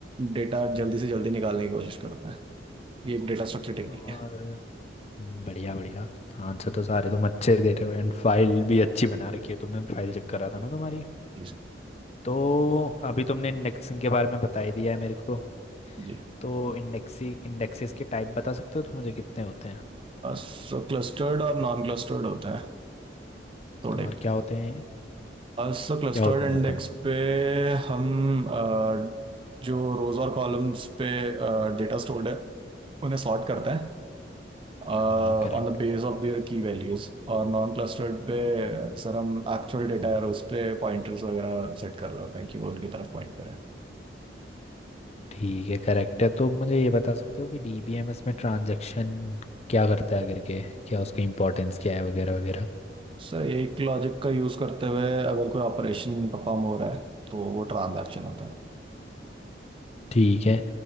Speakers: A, on the right; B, on the left.
A: डेटा जल्दी से जल्दी निकालने की कोशिश करते हैं ये एक डेटा स्ट्रक्चर टेक्निक
B: और
A: है
B: हम्म, बढ़िया बढ़िया आंसर तो सारे तुम अच्छे दे रहे हो एंड फाइल भी अच्छी बना रखी है तुमने फाइल चेक करा था ना तुम्हारी
A: जी सर
B: तो अभी तुमने इंडेक्सिंग के बारे में बता ही दिया है मेरे को
A: जी
B: तो इंडेक्सी इंडेक्सेस के टाइप बता सकते हो तो मुझे कितने होते हैं
A: सर क्लस्टर्ड और नॉन क्लस्टर्ड होते हैं थोड़े
B: और क्या होते हैं ये?
A: सो क्लस्टर्ड
B: क्या होते हैं
A: इंडेक्स
B: बताना
A: पे हम आ, जो रोज और कॉलम्स पे डेटा स्टोर्ड है उन्हें सॉर्ट करते हैं on
B: हाँ करेक्ट
A: the base of their key values और नॉन क्लस्टर्ड पे अ, सर हम एक्चुअल डेटा है उस पे पॉइंटर्स वगैरह सेट कर रहे होते हैं कि वो उनकी तरफ पॉइंट करें
B: ठीक है करेक्ट है तो मुझे ये बता सकते हो कि डीबीएमएस में ट्रांजैक्शन क्या करता है करके क्या उसका इंपॉर्टेंस क्या है वगैरह वगैरह
A: सर एक लॉजिक का यूज करते हुए अगर कोई ऑपरेशन परफॉर्म हो रहा है तो वो ट्रांजैक्शन होता है
B: ठीक है